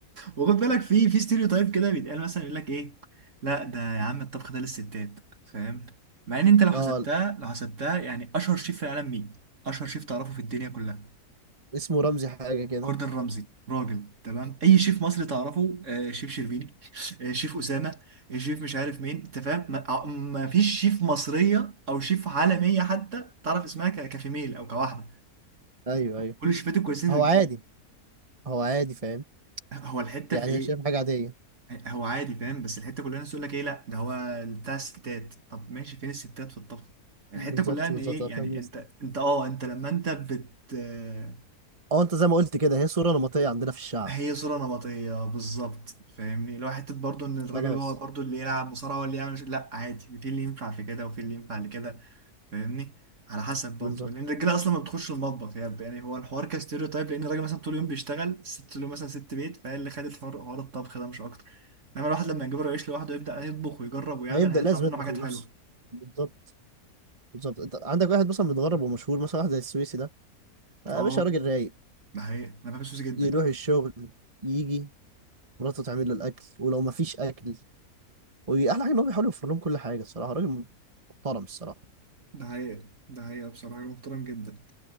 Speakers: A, on the right; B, on the right.
A: وخد بالك في في ستيريو تايب كده بيتقال مثلا يقول لك ايه لا ده يا عم الطبخ ده للستات فاهم مع ان انت لو حسبتها
B: اه
A: لو حسبتها يعني اشهر شيف في العالم مين اشهر شيف تعرفه في الدنيا كلها
B: اسمه رمزي حاجة كده
A: جوردن رمزي راجل تمام اي شيف مصري تعرفه آه شيف شربيني <laughs> آه شيف اسامه آه شيف مش عارف مين انت فاهم ما, آه، ما فيش شيف مصريه او شيف عالميه حتى تعرف اسمها ك- كفيميل او كواحده
B: ايوه ايوه
A: كل الشيفات الكويسين
B: هو
A: رجاله
B: عادي هو عادي فاهم
A: هو الحته
B: يعني
A: في ايه
B: انا شايف حاجة عادية
A: هو عادي فاهم بس الحته كلها الناس تقول لك ايه لا ده هو بتاع الستات طب ماشي فين الستات في الطبخ الحته
B: بالظبط
A: كلها ان
B: بالظبط
A: ايه
B: أنا
A: يعني
B: فاهم قصدك.
A: انت انت اه انت لما انت بت آه،
B: اه انت زي ما قلت كده هي صورة نمطية عندنا في الشعب
A: هي صوره نمطيه بالظبط فاهمني لو حته برضو ان الراجل
B: خلاص
A: هو برضو اللي يلعب مصارعه هو اللي يعمل لا عادي في اللي ينفع في كده وفي اللي ينفع لكده فاهمني على حسب برضه
B: بالظبط
A: لان الرجاله اصلا ما بتخش المطبخ يعني يعني هو الحوار كستيريوتايب لان الراجل مثلا طول اليوم بيشتغل الست طول اليوم مثلا ست بيت فهي اللي خدت حوار حوار الطبخ ده مش اكتر انما الواحد لما يجبره يعيش لوحده يبدا يطبخ ويجرب ويعمل
B: هيبدأ
A: هيطلع
B: لازم
A: منه
B: يطبخ
A: حاجات
B: لنفسه
A: حلوه
B: بالظبط بالظبط انت عندك واحد مثلا متغرب ومشهور مثلا واحد زي السويسي ده آه،
A: اه
B: يا باشا راجل رايق
A: ده حقيقة انا بحب السوسي جدا
B: يروح الشغل يجي مراته تعمل له الاكل ولو ما فيش اكل واحلى حاجه ان هو بيحاول يوفر لهم كل حاجه الصراحه راجل محترم الصراحه
A: ده حقيقة ده حقيقة بصراحة راجل محترم جدا